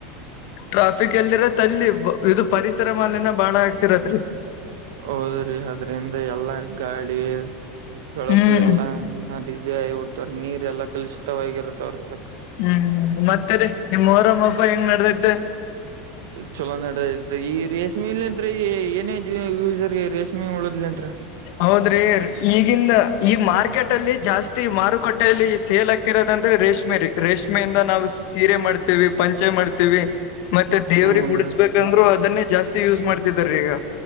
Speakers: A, on the left; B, on the right.
A: ಟ್ರಾಫಿಕ್ ಎಲ್ಲಿರ ತಲ್ಲಿ ಇದು ಪರಿಸರ ಮಾಲಿನ್ಯ ಬಾಳ ಆಾಕ್ತಿರತ್ರಿ
B: ಹೌದ್ರಿ ಅದ್ರಂದ ಎಲ್ಲಾ ಗಾಳಿ ಬೆಳಕು
A: ಹ್ಮ್
B: ಎಲ್ಲಾ ಇದೇ ಇ ಬಿಡ್ತವ್ರೀ ನೀರ್ ಎಲ್ಲಾ ಕಲುಷಿತವಾಗಿ ಇರ್ತವ್ರೀ ಅದಕ್ಕೆ
A: ಹ್ಮ್ ಮತ್ತೆರಿ ನಿಮ್ಮ್ ರಮ್ಮ ಹಬ್ಬ ಹೆಂಗ ನಡದೈ್ದ
B: ಚಲೋ ನಡ ಈ ರೇಷ್ಮೆ ಇಲಿ ಅಂತ್ರ ಏನೇ ಯೂಸರ್ ರೇಷ್ಮೆ ಉಳದ್ಲಿ ಅ
A: ಹೌದ್ರಿ ಈಗಿಂದ ಈಗ ಮಾರ್ ಮಾರ್ಕೆಟ್ ಅಲ್ಲಿ ಜಾಸ್ತಿ ಮಾರುಕಟ್ಟೆಯಲ್ಲಿ ಸೇಲ್ ಆಗ್ತಿರೋದ ಅಂದ್ರೆ ರೇಷ್ಮೆ ರೀ ರೇಷ್ಮೆಯಿಂದ ನಾವು ಸೀರೆ ಮಾಡ್ತೇವಿ ಪಂಚೆ ಮಾಡ್ತೀವಿ ಮತ್ತೆ ದೇವ್ರಗ್
B: ಹೂನ್ರಿ
A: ಗಡಸ್ಬೇಕಂದ್ರು ಅದನ್ನೇ ಜಾಸ್ತಿ ಯೂಸ್ ಮಾಡ್ತಿದಾರ ಈಗ